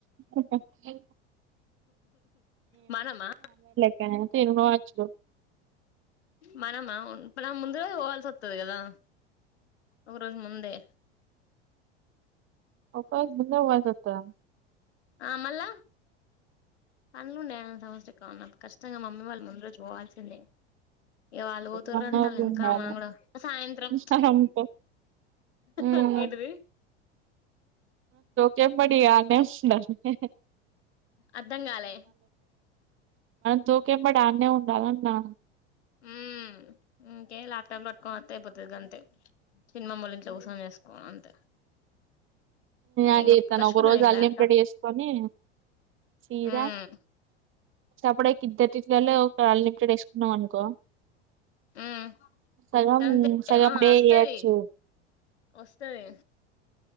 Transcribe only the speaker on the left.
మనమా
మనమా ముందగా పోల్ స త్తది కదా ఒకరోజు ముందే
ఆమల్ల పన్నండ ఏ సమస్ ఉన్న కష్టంగా మమ్మీ వాళ్ళు ముందురోజు పోవాల్సి సిందె ఇ వాళ్ళు పోతుర్రు
అంట ఆళ్ల ఎనుకా
మనం కూడ సాయంత్రం
చ్ హా
హా ఏంటిది
అర్ధం కాలే
ఉ ఇంకే ల్యాప్టాప్ పట్టుకొని అంత అయిపోతుది అంతే సినిమా మల్ ఇంట్లో కూర్సం చేసుకోడం అంతే
ఇంగ పట్టుకొచ్చుకుంటా
నేను
ల్యాప్టాప్
ఉమ్
ఉమ్
గంతే
ఆ
వస్తది
వస్తది